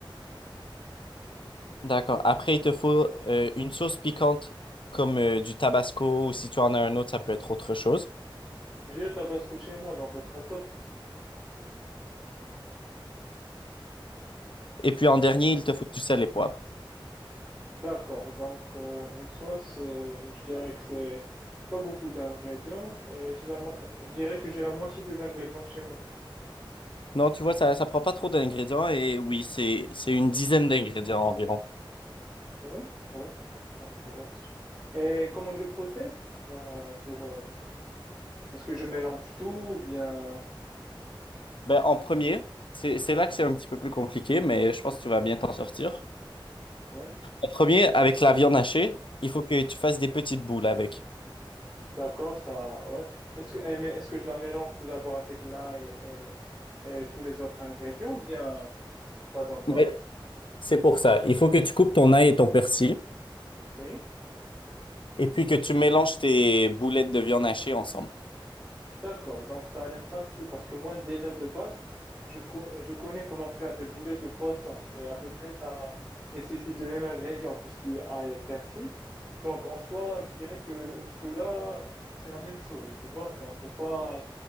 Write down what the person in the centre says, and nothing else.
J'ai le tabasco chez moi, donc ça sera top.
Ouais.
D'accord, donc euh, en soi, c'est, je dirais que c'est pas beaucoup d'ingrédients et j'ai la, mo- euh, je dirais que j'ai la moitié des ingrédients chez moi.
Oui, Oui. Donc, euh, et comment je procède? Genre, euh, pour, euh, est-ce que je mélange tout ou bien,
Oui.
D'accord, ça, ouais. Est-ce que, eh, mais est-ce que je la mélange tout d'abord avec l'ail et, et tous les autres ingrédients, ou bien pas encore?
Oui.
D'accord, donc ça a l'air facile parce que moi, déjà de base, je, co- je connais comment faire des boulettes de poisson et à peu près ça nécessite les mêmes ingrédients, tout ce qui est ail et persil. Donc en soi, je dirais que jusque-là, c'est la même chose, tu vois. Donc c'est pas,